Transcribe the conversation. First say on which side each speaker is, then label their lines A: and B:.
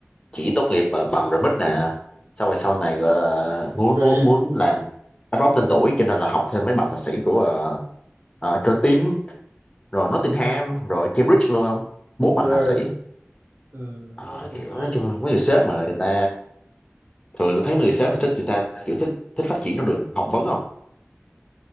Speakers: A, on the left (about 25°); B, on the right (about 65°).
A: chỉ tốt nghiệp ờ, bằng remix nè xong rồi sau này gọi là muốn
B: Ghê
A: muốn
B: vậy,
A: muốn làm anh bóng tên tuổi cho nên là học thêm mấy bằng thạc sĩ của ờ, ờ, Curtin rồi Nottingham rồi Cambridge luôn không bốn bằng
B: ghê,
A: thạc sĩ
B: ừm,
A: Ờ,
B: cái cũng
A: kiểu nói
B: hay,
A: chung mấy người sếp mà người ta thường tôi thấy mấy người sếp thì thích người ta kiểu thích thích phát triển con đường học vấn không